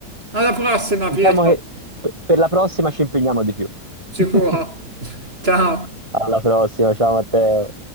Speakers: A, on the right; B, on the right.
A: alla prossima
B: Diciamo
A: Pietro,
B: che pe- per la prossima ci impegniamo di più.
A: sicuro,
B: <laughs>
A: <laughs> ciao.
B: Alla prossima, ciao Matteo.